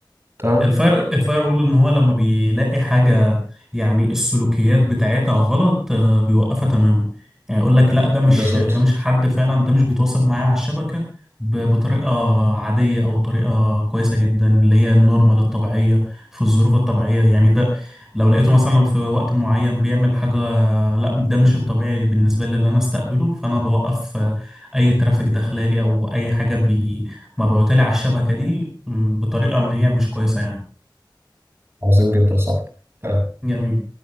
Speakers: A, on the right; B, in the centre.
A: تمام
B: الفاير الفاير وول ان هو لما بيلاقي حاجه يعني السلوكيات بتاعتها غلط آه، بيوقفها تماما يعني يقول لك لا ده مش
A: بالظبط
B: ده مش حد فعلا ده مش بيتواصل معايا على الشبكه ب- بطريقه عاديه او طريقه كويسه جدا اللي هي النورمال الطبيعيه في الظروف الطبيعيه يعني ده لو لقيته مثلا في وقت معين بيعمل حاجه لا ده مش الطبيعي بالنسبه لي اللي انا استقبله فانا بوقف آه، اي ترافيك داخلالي او اي حاجه ما بقولتلي على الشبكة دي مم، بطريقة إن هي مش كويسة يعني
A: عظيم جدا صح تمام
B: جميل